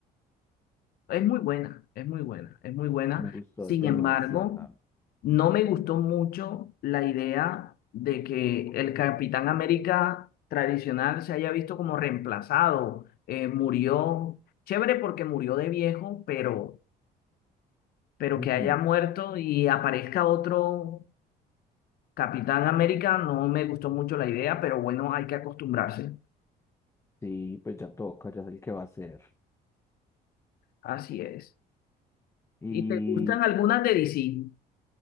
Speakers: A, on the left; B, on the left.
A: es muy buena, es muy buena, es muy buena.
B: me gustó
A: Sin
B: demasiado.
A: embargo, no me gustó mucho la idea de que el Capitán América tradicional se haya visto como reemplazado. Eh, murió, chévere porque murió de viejo, pero, pero
B: Ujú.
A: que haya muerto y aparezca otro Capitán América no me gustó mucho la idea, pero bueno, hay que acostumbrarse.
B: Sí, pues ya toca, ya sé el que va a ser.
A: Así es.
B: Y,
A: ¿Y te gustan algunas de DC?